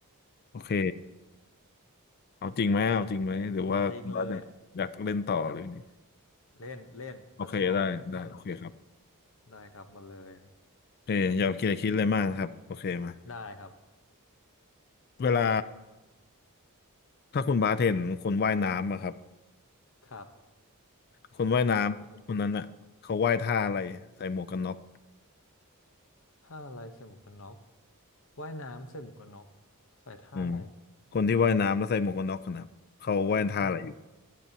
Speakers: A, on the left; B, on the left.
A: โอเคเอาจริงไหมเอาจริงไหมหรือว่าคุณบาสอยากอยากเล่นต่อหรือไง
B: เอาจริงเลยอ่ะ เล่นเล่นบัสชอบเออ
A: โอเคได้ได้โอเคครับ
B: ได้ครับมาเลย
A: โอเคอย่าคิดอย่าคิดอะไรมากนะครับโอเคมา
B: ได้ครับ
A: เวลาถ้าคุณบาสเห็นคนว่ายน้ำอะครับ
B: ครับ
A: คนว่ายน้ำคนนั้นอะเขาว่ายท่าอะไรใส่หมวกกันน็อก
B: ว่ายน้ำโอเคท่าอะไรใส่หมวกกันน็อกว่ายน้ำใส่หมวกกันน็อกใส่ท่าอะไร
A: อืมคนที่ว่ายน้ำแล้วใส่หมวกกันน็อกกันนะเขาว่ายท่าอะไรอยู่
B: ใส่